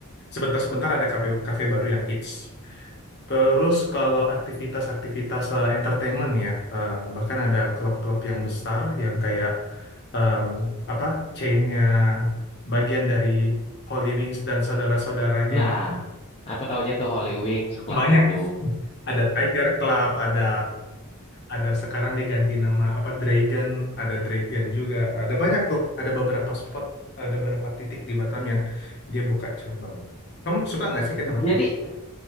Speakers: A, on the left; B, on the left.
A: Sebentar-sebentar ada kafe kafe baru yang hits. Terus kalau aktivitas-aktivitas eh, entertainment ya, eh, bahkan ada klub-klub yang besar yang kayak em, apa chainnya bagian dari Holy Wings dan saudara-saudaranya
B: Nah,
A: itu
B: aku tahunya tuh Holy Wings, Platinum.
A: banyak. Ada Tiger Club, ada ada sekarang dia ganti nama apa Dragon, ada Dragon juga. Ada banyak tuh, ada beberapa spot, ada beberapa titik di Batam yang dia buka cabang. Kamu suka nggak sih ke tempat-tempat?
B: Jadi